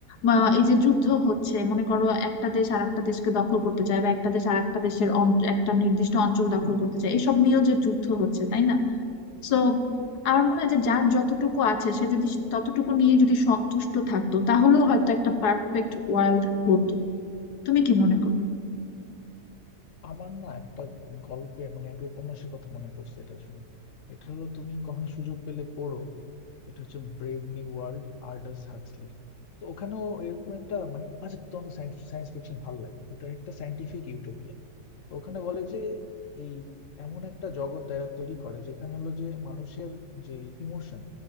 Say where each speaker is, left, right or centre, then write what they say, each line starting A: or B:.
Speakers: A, on the left (about 80°); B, on the left (about 60°).
A: আহ, এই যে যুদ্ধ হচ্ছে মনে করো একটা দেশ আর একটা দেশকে দখল করতে চায় বা একটা দেশ আর একটা দেশের অন- একটা নির্দিষ্ট অঞ্চল
B: হুম
A: দখল করতে চায় এসব নিয়েও যে যুদ্ধ হচ্ছে তাই না সো আমার মনে হয় যে যার যতটুকু আছে সে যদি ততটুকু নিয়ে যদি সন্তুষ্ট থাকতো তাহলেও হয়তো একটা পারফেক্ট ওয়ার্ল্ড হতো তুমি কি মনে করো
B: আমার না একটা গল্পে মানে একটা উপন্যাসের কথা মনে পড়ছে এটা শুনে এটা হলো তুমি কখনো সুযোগ পেলে পড়ো এটা হচ্ছে ব্রেভ নিউ ওয়ার্ল্ড আল্ডাস হাক্সলির তো ওখানেও এরকম একটা মানে আচ্ছা তোমার তো সায়েন্স ফিকশন ভালো লাগে ওটা একটা সায়েন্টিফিক ইউটোপিয়ান তো ওখানে বলে যে এই এমন একটা জগৎ এরা তৈরি করে যেখানে হলো যে মানুষের যে ইমোশন